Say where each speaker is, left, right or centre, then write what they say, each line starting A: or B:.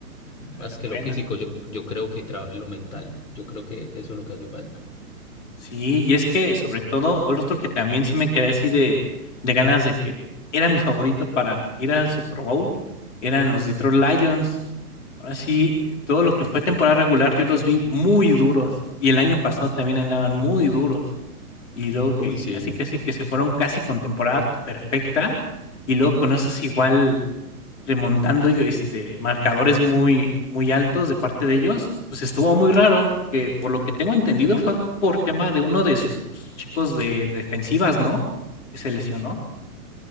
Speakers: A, on the left; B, on the left.
A: más
B: O sea, la
A: que
B: buena.
A: lo físico, yo, yo creo que trabajen lo mental. Yo creo que eso es lo que hace falta.
B: Sí, y es que sobre todo, o otro que también sí me quedé así de, de ganas de que era mi favorito para ir al Super Bowl, eran los Detroit Lions. Ahora sí, eh, todo lo que fue temporada regular yo los vi muy duros y el año pasado también andaban muy duros y luego que
A: Uy, sí.
B: casi casi que se fueron casi con temporada perfecta y luego con esos igual remontando yo, este, marcadores muy, muy altos de parte de ellos, pues estuvo muy raro, que por lo que tengo entendido fue por tema de uno de sus chicos de, de defensivas, ¿no? Que se lesionó.